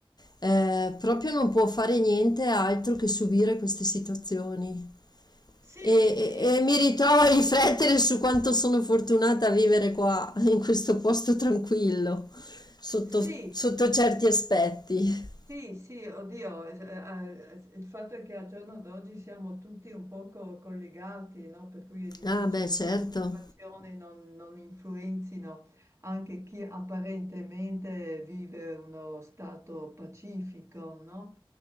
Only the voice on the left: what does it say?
eh, proprio non può fare niente altro che subire queste situazioni.
E,
e-
e mi ritrovo a riflettere su quanto sono fortunata a vivere qua, in questo posto tranquillo, sotto,
sotto certi aspetti.
Ah, beh, certo,